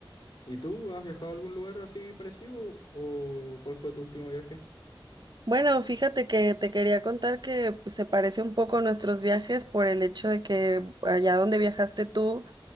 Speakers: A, on the left (about 60°); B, on the right (about 50°).
A: ¿Y tú has viajado a algún lugar así parecido o cuál fue tu último viaje?
B: Bueno, fíjate que te quería contar que pues, se parece un poco a nuestros viajes por el hecho de que allá donde viajaste tú